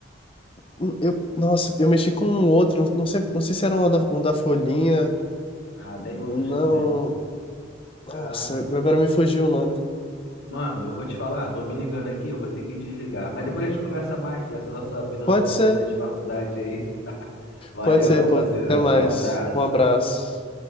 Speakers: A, on the left; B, on the left.
A: Hum, Eu, nossa, eu mexi com um outro, não sei, não sei se era um da, um da Folhinha,
B: Ah, tem
A: não,
B: outras também.
A: nossa,
B: Caraca.
A: agora me fugiu o nome.
B: Mano, eu vou te falar, tô me ligando aqui, eu vou ter que desligar. Mas depois a gente conversa mais dessa nossa vida
A: Pode
B: sofrida
A: ser,
B: de faculdade aí. <laughs> Valeu,
A: pode ser, pô,
B: parceirão.
A: até mais,
B: Um abraço.
A: um abraço.